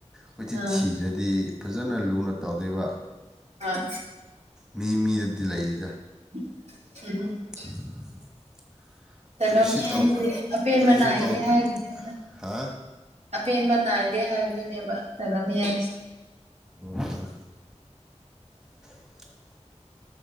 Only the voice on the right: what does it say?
ꯎꯝ
ꯑ
<unintelligible>
ꯇꯥꯏꯕꯪ ꯃꯤ ꯍꯥꯏꯁꯤꯗꯤ
ꯑꯄꯦꯟꯕꯅꯥꯏꯗꯦ
ꯍꯥꯏꯕꯒꯨꯝꯕꯅꯤꯗ
ꯑꯄꯦꯟꯕ ꯅꯥꯏꯗꯦ ꯍꯥꯏꯕꯗꯨꯅꯦꯕ ꯇꯥꯏꯕꯪ ꯃꯤ ꯍꯥꯏꯁꯦ